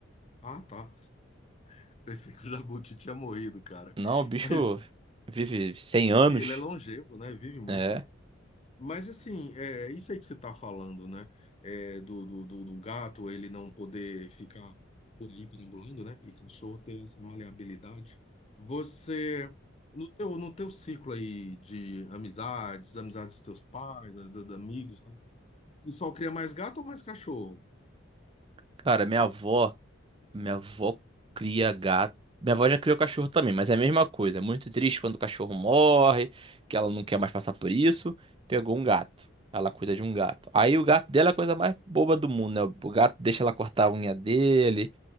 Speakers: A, on the left; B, on the right.
A: Ah, tá. Pensei que o Jabuti tinha morrido, cara.
B: Não, o bicho
A: Mas
B: vive 100 anos.
A: ele é longevo, né? Vive muito,
B: É.
A: né? Mas assim, é isso aí que você está falando, né? É, do, do, do, do gato ele não poder ficar por aí perambulando, né? E cachorro ter essa maleabilidade. Você, no teu, no teu ciclo aí de amizades, amizades dos teus pais, da, da, da amigos, e tal, o pessoal cria mais gato ou mais cachorro?
B: Cara, minha avó, minha avó cria gato. Minha avó já criou cachorro também, mas é a mesma coisa. É muito triste quando o cachorro morre, que ela não quer mais passar por isso. Pegou um gato. Ela cuida de um gato. Aí o gato dela é a coisa mais boba do mundo, né? O gato deixa ela cortar a unha dele.